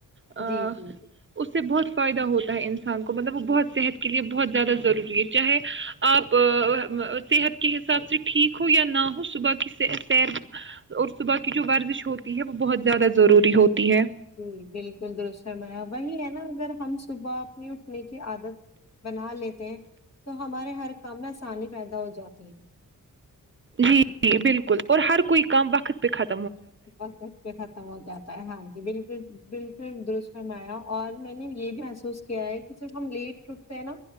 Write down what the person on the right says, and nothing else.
ا
اس سے بہت فائدہ ہوتا ہے انسان کو مطلب وہ بہت صحت کے لیے بہت زیادہ ضروری ہے چاہے آپ صحت کے حساب سے ٹھیک ہو یا نہ ہو صبح کی سیر اور صبح کی جو ورزش ہوتی ہے وہ بہت زیادہ ضروری ہوتی ہے
جی جی بالکل اور ہر کوئی کام وقت پہ خر